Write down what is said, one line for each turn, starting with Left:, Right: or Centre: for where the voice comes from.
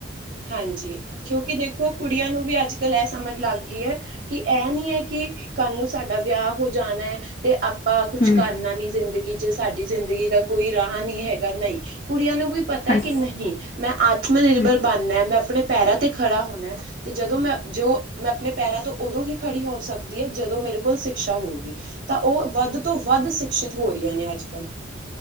Right: ਹਾਂਜੀ ਕਿਉਕਿ ਦੇਖੋ ਕੁੜੀਆਂ ਨੂੰ ਵੀ ਅਜ ਕਲ ਇਹ ਸਮਝ ਲਗ ਗਈ ਐ। ਕਿ ਇਹ ਨੀ ਐ। ਕਿ ਕਲ ਨੂੰ ਸਾਡਾ ਵਿਆਹ ਹੋ ਜਾਣਾ ਐ ਤੇ- ਆਪਾ ਕੁਛ
Left: ਹੂੰ
Right: ਕਰਨਾ ਨੀ ਜਿਦਗੀ 'ਚ ਸਾਡੀ ਜਿਦਗੀ ਦਾ ਕੋਈ ਰਾਹ ਨੀ ਹੈਗਾ ਨਹੀ ਕੁੜੀਆਂ ਨੂੰ ਵੀ- ਪਤਾ
Left: ਹਾਂਜੀ
Right: ਕਿ ਨਹੀ ਮੈ ਆਤਮ ਨਿਰਭਰ
Left: ਹੂੰ
Right: ਬਣਨਾ ਮੈ ਆਪਣੇ ਪੈਰਾਂ ਤੇ ਖੜਾ ਹੋਣਾ ਤੇ ਜਦੋ ਮੈ- ਜੇ ਮੈ ਆਪਣੇ ਪੈਰਾਂ ਤੋ ਉਦੋ ਹੀ ਖੜੀ ਹੋ ਸਕਦੀ ਆਂ। ਜਦੋ ਮੇਰੇ ਕੋਲ ਸਿਕਸ਼ਾ ਹੋਊਗੀ- ਤਾਂ ਉਹ ਵਧ ਤੋ ਵਧ ਸ਼ਿਕਸ਼ਿਤ ਹੋ ਰਹੀਆਂ ਨੇ ਅਜ ਕਲ-